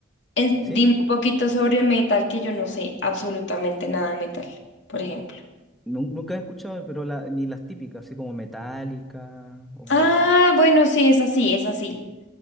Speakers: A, on the left; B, in the centre.
A: Es- dime
B: ¿sí?
A: un poquito sobre metal, que yo no sé absolutamente nada de metal, por ejemplo.
B: nun- nunca he escuchado, pero la- ni las típicas, así como Metallica o,
A: Ah, bueno, sí, es así, es así.